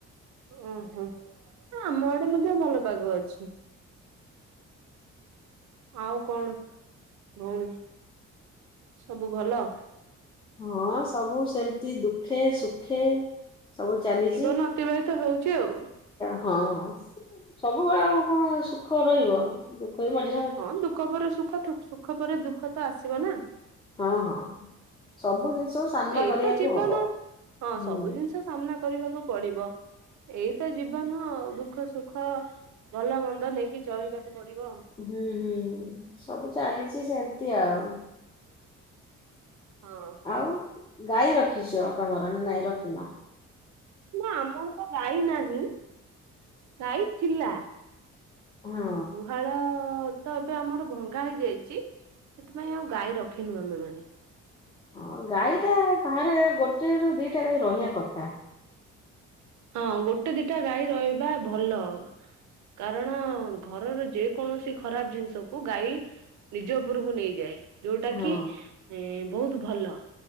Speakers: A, on the right; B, on the left.
A: ଓହୋ ଆମ ଆଡ଼େ ମଧ୍ୟ ଭଲ ପାଗ ଅଛି। ଆଉ କଣ ଭଉଣୀ ସବୁ ଭଲ?
B: ହଁ ସବୁ ସେମିତି ଦୁଃଖେ ସୁଖେ ସବୁ ଚାଲିଛି
A: ଜୀବନ ଅତିବାହିତ ହଉଚି ଆଉ।
B: ହଁ ହଁ ସବୁବେଳେ ଆଉ କଣ ସୁଖ ରହିବ, ଦୁଃଖ‌ବି ମଝି
A: ହଁ ଦୁଃଖ ପରେ ସୁଖ ସୁଖ ପରେ ଦୁଃଖତ ଆସିବ ନା।
B: ହଁ ହଁ ସବୁ ଜିନିଷକୁ ସାମ୍ନା
A: ଏଇ
B: କରିବାକୁ
A: ତ ଜୀବନ
B: ହବ ହୁଁ।
A: ହଁ ସବୁ ଜିନିଷ ସାମ୍ନା କରିବାକୁ ପଡି଼ବ। ଏଇତ ଜୀବନ ଆଉ ଦୁଃଖ ସୁଖ ଭଲ ମନ୍ଦ ନେଇକି ଚଳିବାକୁ ପଡି଼ବ।
B: ହୁଁ ହୁଁ ସବୁ ଚାଲିଚି ସେମିତି ଆଉ।
A: <inaudible> ହଁ।
B: ଆଉ ଗାଈ ରଖିଛ ତମର ନା ନାଇଁ ରଖିିନ?
A: ନା ଆମରତ ଗାଈ ନାହିଁ, ଗାଈ ଥିଲା
B: ହଁ
A: ଗୁହାଳତ ଏବେ ଆମର ଭଙ୍ଗା ହେଇଯାଇଛି ସେଥିପାଇଁ ଆଉ ଗାଈ ରଖିନୁ ଆମେମାନେ।
B: ହଁ ଗାଈଟା ବାହାରେ ଗୋଟେରୁ ଦିଟା ଗାଈ ରହିବା କଥା।
A: ହଁ ଗୋଟେ ଦିଟା ଗାଈ ରହିବା ଭଲ। କାରଣ, ଘରର ଯେକୌଣସି ଖରାପ୍ ଜିନିଷକୁ ଗାଈ ନିଜ ଉପରକୁ ନେଇଯାଏ ଯୋଉଟାକି
B: ହଁ
A: ଏ ବହୁତ୍ ଭଲ।